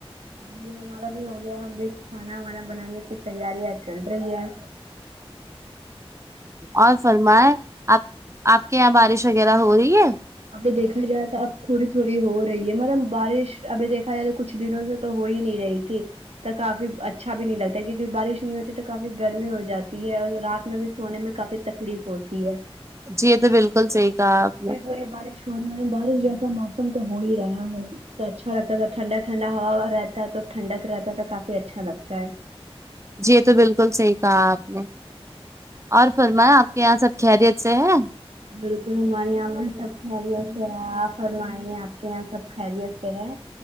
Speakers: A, on the right; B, on the right.
A: یہ ہمارا بھی ہو گیا ہم بھی کھانا وانا بنانے کی تیارں چل رہی ہیں
B: اور فرمائیںاب آپ کے یہاں بارش وغیرہ ہو رہی ہے
A: ابھی دیکھا جائے تو اب تھوڑی تھوڑی ہو رہی ہے مطلب بارش ابھی دیکھا جائے تو کچھ کچھ دنوں سے تو ہو ہی نہیں رہی تھی تو کافی اچھا بھی نہیں لگتا کیونکہ بارش نہیں ہوتی تو کافی گرمی ہو جاتی ہے اور رات میں بھی سونے میں کافی تکلیف ہوتی ہے
B: جی یہ تو بالکل صحیح کہا آپ نے
A: ہو رہی ر بارش ہو رہی ہو بارش جیسا موسم تو ہو ہی رہا ہے تو اچھا لگتا تھا ٹھنڈا ٹھنڈا ہوا رہ تا تو ٹھنڈک رہتا تھا کافی اچھا لگتا ہے
B: جی یہ تو بالکل صحیح کہا آپ نے اور فرمایا آپ کے یہاں سب خیریت سے ہے
A: بالکل ہمارے یہاں پر سب خیریت سے آپ فرمائی آپ کے یہاں سب خیریت سے ہے